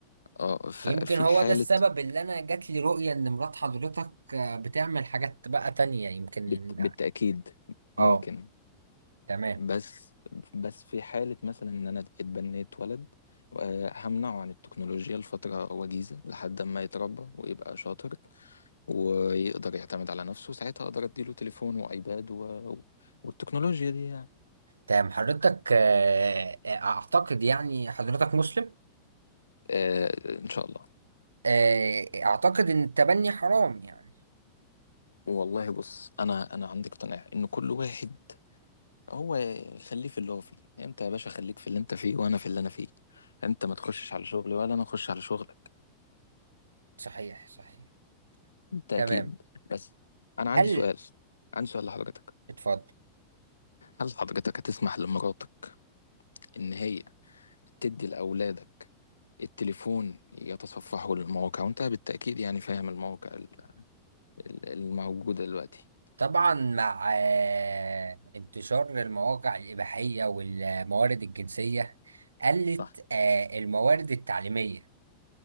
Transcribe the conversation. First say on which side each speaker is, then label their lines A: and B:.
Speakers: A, on the left; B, on the right.
A: اه ففي
B: يمكن هو
A: حاله
B: ده السبب اللي انا جات لي رؤيه ان مرات حضرتك آه بتعمل حاجات بقى تانية يمكن
A: بت... بالتاكيد
B: اه
A: ممكن
B: تمام
A: بس بس في حالة مثلا إن أنا اتبنيت ولد آه، همنعه عن التكنولوجيا لفترة وجيزة لحد ما يتربى ويبقى شاطر ويقدر يعتمد على نفسه ساعتها أقدر أديله تليفون وأيباد و... والتكنولوجيا دي يعني
B: تمام حضرتك آه آه، اعتقد يعني حضرتك مسلم
A: آه إن شاء الله
B: آه اعتقد ان التبني حرام يعني
A: والله بص أنا أنا عندي اقتناع إن كل واحد هو خليه في اللي هو فيه أنت يا باشا خليك في اللي أنت فيه وأنا في اللي أنا فيه أنت ما تخشش على شغلي ولا أنا أخش على شغلك
B: صحيح صحيح
A: بالتأكيد
B: تمام
A: بس أنا عندي
B: هل
A: سؤال عندي سؤال لحضرتك
B: اتفضل
A: هل حضرتك هتسمح لمراتك إن هي تدي لأولادك التليفون يتصفحوا للمواقع وأنت بالتأكيد يعني فاهم المواقع ال- ال- الموجودة دلوقتي
B: طبعا مع آه، انتشار المواقع الإباحية والموارد الجنسية قلت
A: صح
B: آه، الموارد التعليمية